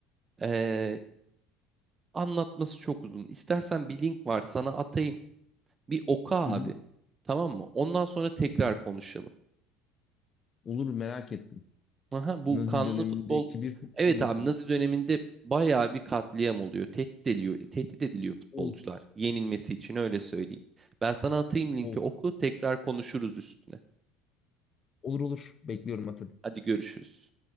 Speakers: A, on the right; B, on the left.
A: Ee, anlatması çok uzun. İstersen bir link var sana atayım. Bir oku abi.
B: Hı hı.
A: Tamam mı? Ondan sonra tekrar konuşalım.
B: Olur merak ettim.
A: Aha, bu
B: Nazi
A: kanlı
B: dönemindeki
A: futbol.
B: bir futbol
A: Evet
B: maçı.
A: abi Nazi döneminde bayağı bir katliam oluyor. Tehdit ediliyor, tehdit ediliyor futbolcular.
B: Of
A: Yenilmesi için öyle söyleyeyim. Ben sana atayım linki
B: of.
A: oku. Tekrar konuşuruz üstüne.
B: Olur olur. Bekliyorum Atilla.
A: Hadi görüşürüz.